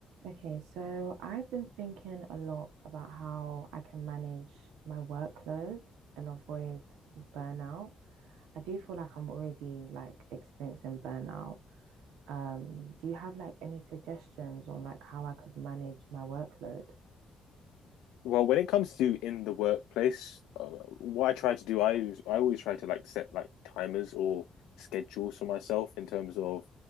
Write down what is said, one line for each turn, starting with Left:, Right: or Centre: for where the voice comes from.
Right: Okay, so I've been thinking a lot about how I can manage my workload and avoid burnout. I do feel like I'm already like experiencing burnout. Um, do you have like any suggestions on like how I could manage my workload?
Left: Well, when it comes to in the workplace, uh, what I try to do, I I always try to like set like timers or schedules for myself in terms of